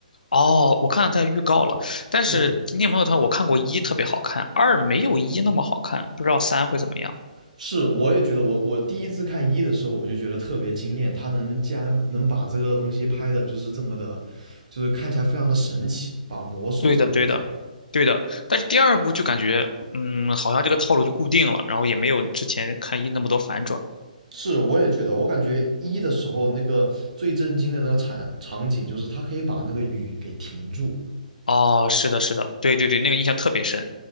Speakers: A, on the left (about 70°); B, on the right (about 60°).
A: 哦，我看到它的预告了，但是《今天没有它我看过一特别好看，
B: 对，
A: 二没有一那么好看，不知道三会怎么样。
B: 是，我也觉得我，我第一次看一的时候，我就觉得特别惊艳，他能竟然能把这个东西拍的，就是这么的，就是看起来非常的神奇，把魔术这个东西。
A: 对的，对的，对的。但是第二部就感觉，嗯，好像这个套路就固定了，然后也没有之前看一那么多反转。
B: 是，我也觉得，我感觉一的时候那个最震惊的那个场场景，就是他可以把那个雨给停住。
A: 哦，是的，是的，对对对，那个印象特别深。